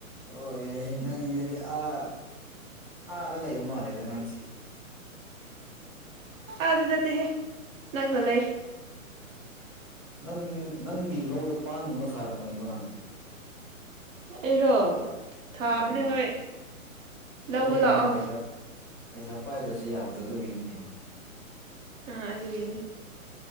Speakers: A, in the centre; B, on the right.
A: ꯑꯣ ꯌꯥꯍꯦ ꯅꯪꯁꯤꯗꯤ ꯑꯥ ꯑꯥꯗ ꯂꯩꯕ ꯃꯥꯜꯂꯦꯗ ꯅꯪꯁꯦ <inaudible>
B: ꯑ ꯑꯗꯨ ꯅꯠꯇꯦꯍꯦ ꯅꯛꯅ ꯂꯩ
A: ꯅꯪ ꯅꯪꯒꯤ ꯂꯧꯗ ꯄꯥꯟꯒꯨꯝꯕ ꯊꯥꯔꯝꯒꯅꯤꯀꯣ ꯅꯪ
B: ꯑꯩꯔꯣ ꯊꯥꯕꯅꯦ
A: ꯎꯝ
B: ꯍꯣꯏ ꯂꯧꯕ
A: ꯑꯗꯨꯏꯅꯤꯅꯦ
B: ꯂꯥꯛꯑꯣ
A: ꯄꯩꯁꯥ ꯄꯩꯁꯥ ꯄꯥꯏꯗ꯭ꯔꯁꯨ ꯌꯥꯕꯗꯣ ꯑꯗꯨꯒꯤꯅꯤꯅꯦ
B: ꯑꯥ ꯑꯗꯨꯒꯤꯅꯤ